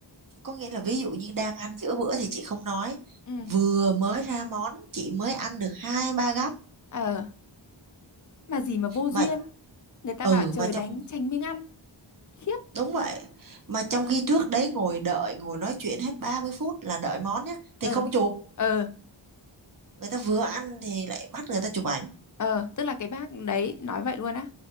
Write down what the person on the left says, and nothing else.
ừ
Ờ, mà gì mà vô duyên.
Người ta
bảo trời
đánh tránh miếng ăn. Khiếp.
Ờ,
ờ,
ờ, tức là cái bác đấy nói vậy luôn á.